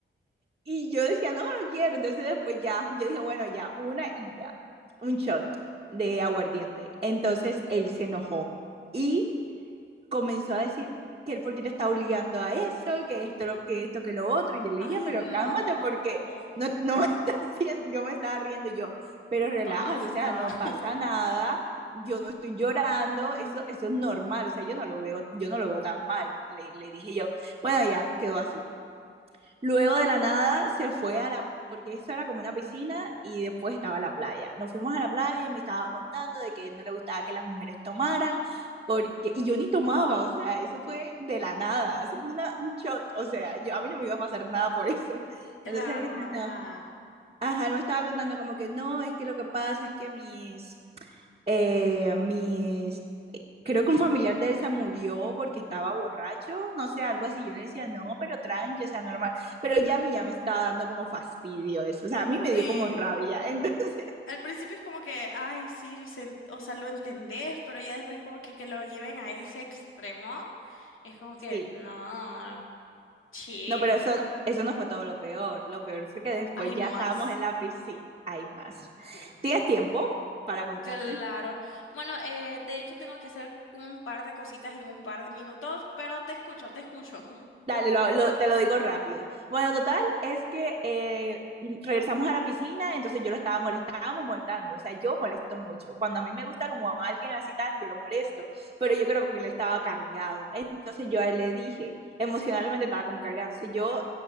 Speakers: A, on the right; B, on the left.
A: Y yo decía, no, no quiero. Entonces después ya, yo dije, bueno, ya, una y ya, un shot de aguardiente. Entonces él se enojó y comenzó a decir que él porque te está obligando a eso, que esto, lo, que esto, que lo otro. Y yo le
B: Ay,
A: dije, pero
B: no.
A: cálmate porque no, no me <laughs> estás haciendo, yo me estaba riendo yo, pero relájate,
B: Basta.
A: o sea, no
B: <laughs>
A: pasa nada, yo no estoy llorando, eso, eso es normal, o sea, yo no lo veo, yo no lo veo tan mal. Le, le dije yo, bueno, ya, quedó así. Luego de la nada se fue a la, porque eso era como una piscina y después estaba la playa. Nos fuimos a la playa y me estaba contando de que no le gustaba que las mujeres tomaran, porque, y yo ni tomaba, o sea, eso fue de la nada, eso fue una, un shot, o sea, yo, a mí no me iba a pasar nada por eso. <laughs>
B: Claro,
A: Entonces él me
B: ajá.
A: estaba, ajá, él me estaba contando como que no, es que lo que pasa es que mis, eh, mis, creo que un familiar de él se murió porque estaba borracho, no sé, algo así. Yo le decía, no, pero tranqui, o sea, normal. Pero ya a mí ya me estaba dando como fastidio eso, o sea, a mí
B: Sí.
A: me dio como rabia. <laughs> Entonces,
B: Al principio es como que, ay, sí, se en- o sea, lo entendés, pero ya después como que, que lo lleven a ese extremo, es como que,
A: sí,
B: no, chill,
A: no, pero eso, eso no fue todo lo peor. Lo peor fue que después
B: hay
A: ya
B: más.
A: estábamos en la piscina. Hay más.
B: Dios mío.
A: ¿Tienes tiempo para contarte?
B: Claro. Bueno, eh, de hecho tengo que hacer un par de cositas en un par de minutos, pero te escucho, te escucho.
A: Dale, lo- lo- te lo digo rápido. Bueno, total, es que eh, regresamos a la piscina, entonces yo lo estaba molestando, estábamos molestando. O sea, yo molesto mucho. Cuando a mí me gusta como a alguien así tal, yo lo molesto, pero yo creo que él estaba cargado. Entonces yo a él le dije, emocionalmente estaba como cargado. Entonces yo